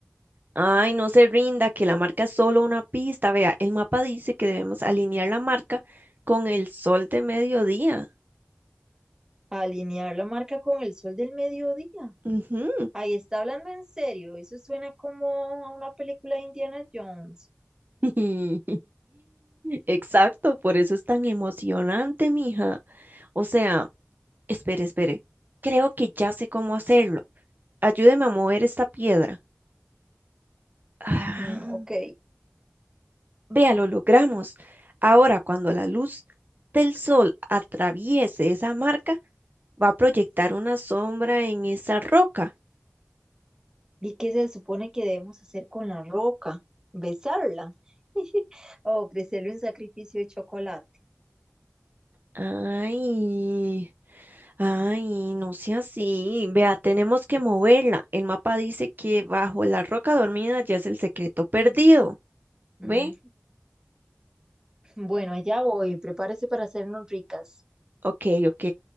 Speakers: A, on the right; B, on the right.
A: Ay, no se rinda, que la marca es solo una pista. Vea, el mapa dice que debemos alinear la marca con el sol de mediodía.
B: Alinear la marca con el sol del mediodía.
A: Ujú.
B: Ahí está hablando en serio. Eso suena como a una película de Indiana Jones.
A: <laughs> Exacto, por eso es tan emocionante, mija. O sea, espere, espere. Creo que ya sé cómo hacerlo. Ayúdeme a mover esta piedra. Ah.
B: Mm, ok.
A: Vea, lo logramos. Ahora, cuando la luz del sol atraviese esa marca, va a proyectar una sombra en esa roca.
B: ¿Y qué se supone que debemos hacer con la roca? ¿Besarla? <laughs> ¿O ofrecerle un sacrificio de chocolate?
A: Ay, ay, no sea así. Vea, tenemos que moverla. El mapa dice que bajo la roca dormida ya es el secreto perdido.
B: Mm,
A: ¿Ve?
B: bueno, allá voy. Prepárese para hacernos ricas.
A: Ok, ok.